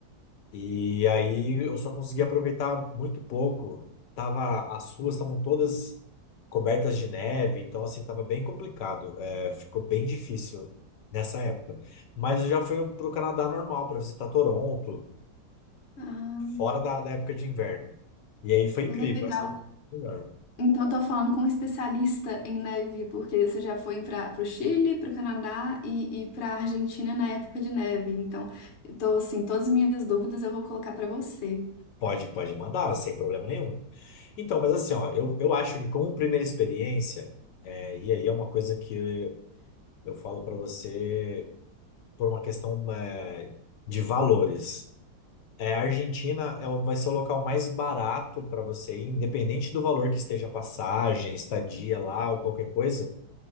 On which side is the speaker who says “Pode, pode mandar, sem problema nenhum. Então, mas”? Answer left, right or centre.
Left